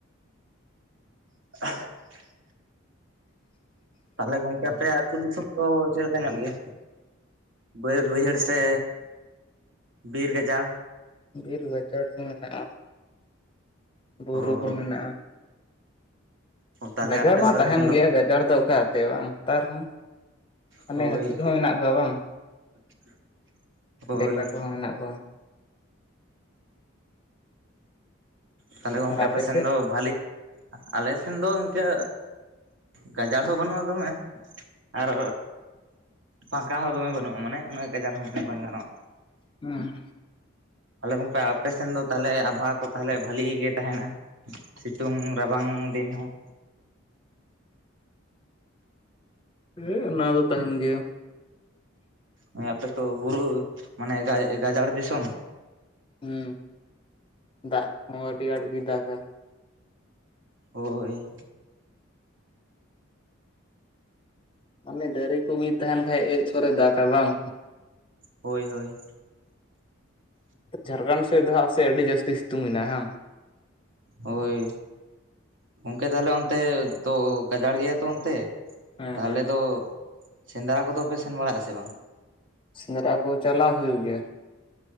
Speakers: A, on the right (about 65°); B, on the left (about 25°).
A: <unintelligible> ᱛᱟᱦᱚᱞᱮ ᱜᱚᱝᱠᱮ ᱟᱯᱮᱭᱟ ᱟᱹᱛᱩ ᱫᱤᱥᱚᱢ ᱫᱚ ᱪᱮᱫ ᱞᱮᱠᱟ ᱧᱚᱜ ᱜᱮᱭᱟ? ᱵᱟᱹᱫᱽ ᱵᱟᱹᱭᱦᱟᱹᱲ ᱥᱮ ᱵᱤᱨ ᱜᱟᱡᱟᱲ?
B: ᱵᱤᱨ ᱜᱟᱡᱟᱲ ᱜᱮ ᱢᱮᱱᱟᱜᱼᱟ ᱵᱩᱨᱩ
A: ᱚ
B: ᱠᱚ ᱢᱮᱱᱟᱜᱼᱟ᱾
A: ᱛᱟᱦᱚᱞᱮ
B: ᱜᱟᱡᱟᱲ
A: ᱟᱯᱮ
B: ᱢᱟ
A: ᱥᱮᱱ
B: ᱛᱟᱦᱮᱱ
A: ᱫᱚ
B: ᱜᱮᱭᱟ ᱜᱟᱡᱟᱲ ᱫᱚ ᱚᱠᱟᱛᱮ ᱵᱟᱝ ᱱᱮᱛᱟᱨ ᱦᱚᱸ ᱢᱟᱱᱮ
A: ᱦᱳᱭ
B: ᱦᱟᱹᱛᱤ ᱠᱚᱦᱚᱸ ᱢᱮᱱᱟᱜ ᱠᱚᱣᱟ ᱵᱟᱝ?
A: <inaudible> ᱦᱳᱭ
B: <unintelligible> ᱢᱮᱱᱟᱜ ᱠᱚᱣᱟ᱾
A: ᱛᱟᱦᱞᱮ ᱜᱚᱝᱠᱮ
B: ᱟᱨ
A: ᱟᱯᱮ
B: ᱥᱮᱫ?
A: ᱥᱮᱱ ᱫᱚ ᱵᱷᱟᱹᱞᱤ ᱟᱞᱮ ᱥᱮᱱ ᱫᱚ ᱤᱱᱠᱟᱹ ᱜᱟᱡᱟᱲ ᱦᱚᱸ ᱵᱟᱹᱱᱩᱜᱼᱟ ᱫᱚᱢᱮ ᱟᱨ ᱯᱷᱟᱠᱟ ᱦᱚᱸ ᱫᱚᱢᱮ ᱵᱟᱹᱱᱩᱜᱼᱟ ᱢᱟᱱᱮ ᱩᱱᱟᱹᱜ ᱜᱟᱡᱟᱲ ᱦᱚᱸ ᱢᱮᱱ ᱵᱟᱝ ᱜᱟᱱᱚᱜᱼᱟ᱾
B: ᱦᱩᱸ᱾
A: ᱛᱟᱦᱞᱮ ᱜᱚᱝᱠᱮ ᱚᱯᱮᱥᱮᱱ ᱫᱚ ᱛᱟᱦᱚᱞᱮ ᱟᱵᱚᱦᱟᱣᱟ ᱠᱚ ᱛᱟᱦᱚᱞᱮ ᱵᱷᱟᱞᱤ ᱜᱮ ᱛᱟᱦᱮᱱᱟ? ᱥᱤᱛᱩᱝ ᱨᱟᱵᱟᱝ ᱫᱤᱱ ᱦᱚᱸ᱾
B: ᱦᱮᱸ ᱚᱱᱟ ᱫᱚ ᱛᱟᱦᱮᱱ ᱜᱮᱭᱟ᱾
A: ᱦᱮ ᱟᱯᱮ ᱛᱚ ᱵᱩᱨᱩ ᱢᱟᱱᱮ ᱡᱟᱭ ᱜᱟᱡᱟᱲ ᱫᱤᱥᱚᱢ᱾
B: ᱦᱩᱸ ᱫᱟᱜ ᱠᱚ ᱦᱚᱸ ᱟᱹᱰᱤ ᱟᱸᱴ ᱜᱮᱭ ᱫᱟᱜᱟ᱾
A: ᱦᱳᱭ᱾
B: ᱢᱟᱱᱮ ᱫᱟᱨᱮ ᱠᱚᱜᱮ ᱛᱟᱦᱮᱱ ᱠᱷᱟᱡ <inaudible> ᱫᱟᱜᱟ ᱵᱟᱝ?
A: ᱦᱳᱭ ᱦᱳᱭ᱾
B: ᱡᱷᱟᱨᱜᱨᱟᱢ ᱥᱮᱫ ᱫᱚ ᱦᱟᱜ ᱥᱮ ᱟᱹᱰᱤ ᱡᱟᱹᱥᱛᱤ ᱥᱤᱛᱩᱝ ᱢᱮᱱᱟᱜᱼᱟ ᱦᱮ ᱦᱟᱝ?
A: ᱦᱳᱭ ᱜᱚᱝᱠᱮ ᱛᱟᱦᱞᱮ ᱚᱱᱛᱮ ᱫᱚ ᱜᱟᱡᱟᱲ ᱜᱮᱭᱟ ᱛᱚ ᱚᱱᱛᱮ
B: ᱦᱮᱸ
A: ᱛᱟᱦᱚᱞᱮ
B: ᱦᱮᱸ
A: ᱫᱚ ᱥᱮᱸᱫᱽᱨᱟ ᱠᱚᱫᱚᱯᱮ ᱥᱮᱱ ᱵᱟᱲᱟᱜ ᱟᱥᱮ ᱵᱟᱝ?
B: ᱥᱮᱸᱫᱽᱨᱟ ᱠᱚ ᱪᱟᱞᱟᱣ ᱦᱩᱭᱩᱜ ᱜᱮᱭᱟ᱾